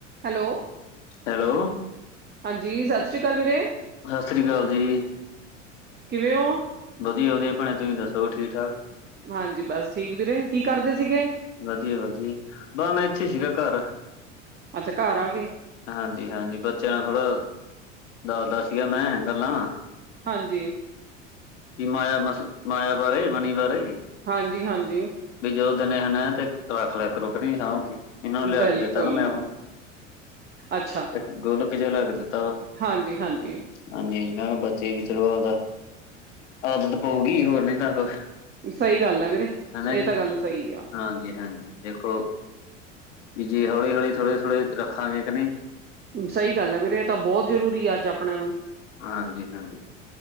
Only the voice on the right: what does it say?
Hello.
ਹਾਂਜੀ, ਸਤਿ ਸ੍ਰੀ ਅਕਾਲ ਵੀਰੇ।
ਕਿਵੇਂ ਓ।
ਹਾਂਜੀ, ਬਸ ਠੀਕ ਵੀਰੇ ਕੀ ਕਰਦੇ ਸੀਗੇ।
ਅੱਛਾ ਘਰ ਆ ਗਏ,
ਹਾਂਜੀ।
ਹਾਂਜੀ- ਹਾਂਜੀ।
ਬਿਲਕੁਲ,
ਅੱਛਾ,
ਹਾਂਜੀ, ਹਾਂਜੀ
ਸਹੀ ਗੱਲ ਹੈ ਵੀਰੇ।
ਇਹ
ਤਾਂ ਗੱਲ ਸਹੀ ਆ,
ਸਹੀ ਗੱਲ ਐ ਵੀਰੇ ਇਹ ਤਾਂ ਬਹੁਤ ਜ਼ਰੂਰੀ ਆ ਅੱਜ ਆਪਣਿਆਂ ਨੂੰ।